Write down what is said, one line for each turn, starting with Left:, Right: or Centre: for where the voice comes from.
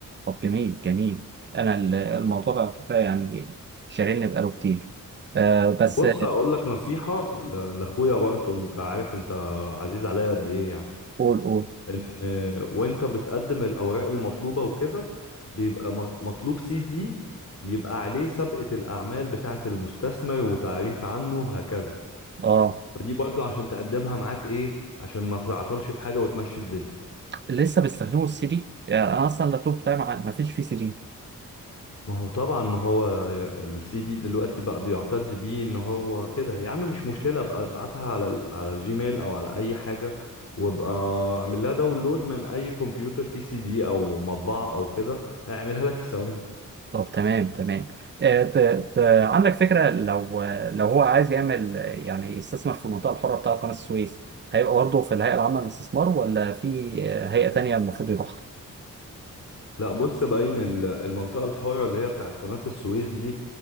Right: طب جميل جميل انا ال- الموضوع ده على فكره يعني شاغلني بقاله كتير آه، بس
Left: بص هقول لك نصيحة ل- لاخويا برضه انت عارف انت عزيز عليا قد ايه يعني
Right: قول قول
Left: ان وانت بتقدم الاوراق المطلوبه وكده بيبقى مط- مطلوب سي دي يبقى عليه سابقه الاعمال بتاعه المستثمر وتعريف عنه وهكذا
Right: اه
Left: فدي برضو عشان تقدمها معاك ايه عشان ما تعطلش في حاجه وتمشي الدنيا
Right: لسه بيستخدموا السي دي يعني انا اصلا اللابتوب بتاعي مع- ما فيش فيه سي دي
Left: ما هو طبعا ما هو السي دي دلوقتي بقى بيعتد بيه ان هو كده يا عم مش مشكله ابقى ابعتها على ال- على الجيميل او على اي حاجه وابقى اعمل لها داونلود من اي كمبيوتر فيه سي دي او مطبعه او كده هيعملها لك في ثواني
Right: طب تمام تمام آه، ت... ت... عندك فكره لو لو هو عايز يعمل آه، يعني يستثمر في المنطقه الحره بتاعه قناه السويس هيبقى برضه في الهيئه العامه للاستثمار ولا في آه، هيئه تانيه المفروض يروحها؟
Left: لا بص باين ال- المنطقة الحرة اللي هي بتاعت قناة السويس دي